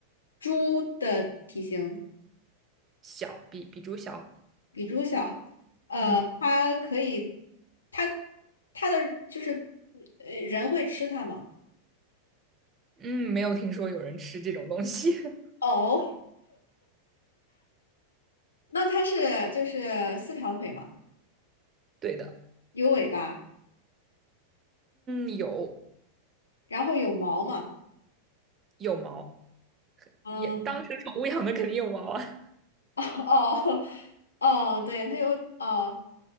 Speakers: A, on the left (about 70°); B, on the right (about 25°).
A: 猪的体型
B: 小，比比猪小。
A: 比猪小，呃，
B: 嗯
A: 它可以，它它的就是呃人会吃它吗？
B: 嗯，没有听说有人吃这种东西。<laughs>
A: 哦，那它是就是四条腿嘛，
B: 对的，
A: 有尾巴，
B: 嗯，有
A: 然后有毛嘛，
B: 有毛，
A: 嗯、
B: 也当成宠物养的肯定有毛啊。
A: 哦 <laughs> 哦，对，它有哦，